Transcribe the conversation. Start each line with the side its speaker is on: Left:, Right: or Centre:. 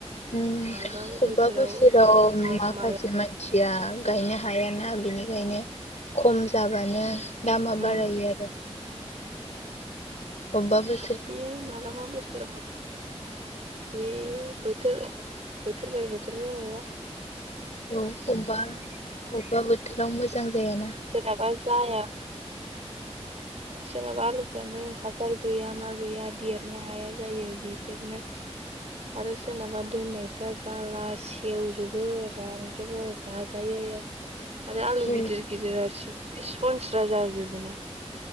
Left: उम
Right: मालाबा
Left: अबबा बोसोराव
Right: दाम
Left: माखासे
Right: खम मालाबा
Left: मानसिया। गायनो हायाना बिनिखायनो खम जाबानो। दामा बारायो
Right: उम
Left: आरो। अमबाबो
Right: बे मालाबा बोसोराव। बे बोथोर बोथोर बाय बोथोर जाबाय बा।
Left: औ अबा अबेबा बोथोराव मोजां। जायाना
Right: सोरनाबा जाया सोरनाबा आलुफ्रानो हासार गैया मा गैया देरनो हाया जायो बेफोरनो आरो सोरनाबा दोननायफ्रा जाला सेवजोबो रानजोबो जाजायो। आरो आलु
Left: उम
Right: गिदिर। सनस्रा जाजोबो ना।